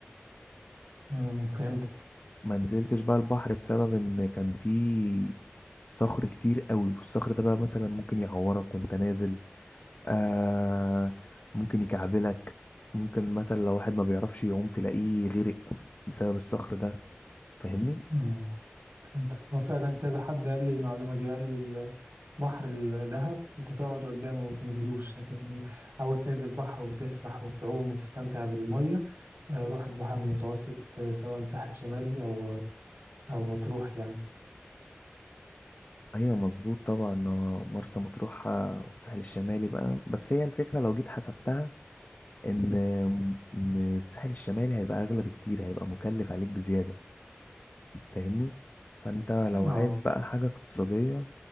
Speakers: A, on the right (about 75°); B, on the left (about 45°).
A: امم فهمتك
B: ما نزلتش بقى البحر بسبب ان كان في صخر كتير قوي والصخر ده بقى مثلا ممكن يعورك وانت نازل آه ممكن يكعبلك ممكن مثلا لو واحد ما بيعرفش يعوم تلاقيه غرق بسبب الصخر ده فاهمني
A: مم. فهمتك هو فعلا كذا حد قال لي المعلومة دي قال لي البحر الدهب انت تقعد قدامه وما تنزلوش لكن عاوز تنزل بحر وتسبح وتعوم وتستمتع بالمية آه، روح البحر المتوسط آه، سواء ساحل شمالي او او مطروح يعني
B: ايوه مظبوط طبعا آه، مرسى مطروح آه، والساحل الشمالي بقى بس هي الفكره لو جيت حسبتها ان ان الساحل الشمالي هيبقى اغلى بكتير هيبقى مكلف عليك بزياده فاهمني فانت لو
A: اه
B: عايز بقى حاجه اقتصاديه